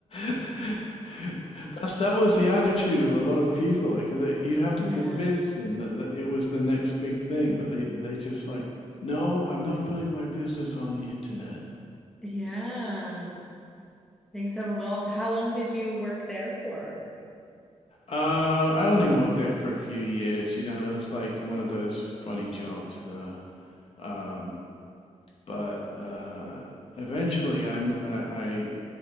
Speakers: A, on the left (about 50°); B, in the centre.
A: <laughs> That's that was the attitude of a lot of people, like 'cause they, you'd have to
B: yeah.
A: convince them that, that it was the next big thing, but they they just like, no, I'm not putting my business on the internet.
B: Yeah. Things have evolved. How long did you work there for?
A: Uh, I only worked there for a few years, you know. That was like one
B: Yeah.
A: of those funny jobs. Uh, um, but uh, eventually, I'm I, I